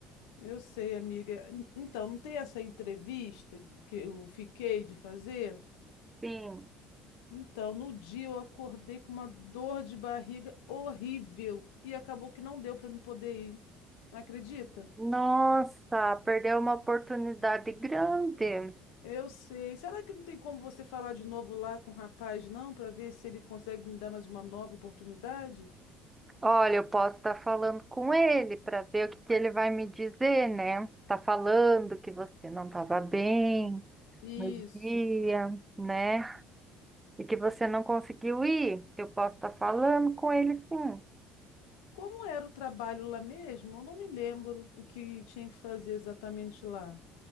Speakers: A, on the left (about 80°); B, on the right (about 15°).
A: Eu sei, amiga. En- Então, não tem essa entrevista que eu fiquei de fazer?
B: Sim.
A: Então, no dia eu acordei com uma dor de barriga horrível e acabou que não deu para me poder ir. Acredita?
B: Nossa, perdeu uma oportunidade grande.
A: Eu sei. Será que não tem como você falar de novo lá com o rapaz, não, para ver se ele consegue me dar mais uma nova oportunidade?
B: Olha, eu posso estar falando com ele para ver o que que ele vai me dizer, né? Tá falando que você não estava bem
A: Isso.
B: no dia, né? E que você não conseguiu ir. Eu posso estar falando com ele, sim.
A: Como era o trabalho lá mesmo? Eu não me lembro o que tinha que fazer exatamente lá.